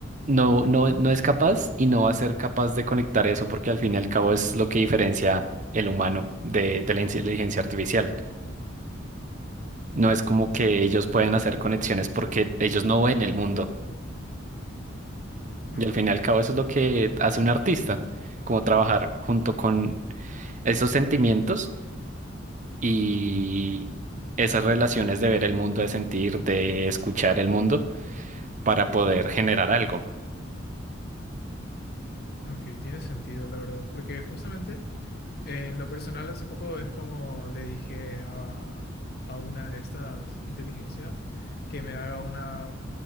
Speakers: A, on the right; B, on the left.
A: no, no, no es capaz y no va a ser capaz de conectar eso porque al fin y al cabo es lo que diferencia el humano de, de la inteligencia artificial. No es como que ellos pueden hacer conexiones porque ellos no ven el mundo.
B: Ok,
A: Y al fin y al cabo eso es lo que hace un artista, como trabajar junto con esos sentimientos y esas relaciones de ver el mundo, de sentir, de escuchar el mundo para poder generar algo.
B: ok, tiene sentido, la verdad. Porque justamente... En lo personal, hace poco es como le dije a, a una de estas inteligencias que me haga una,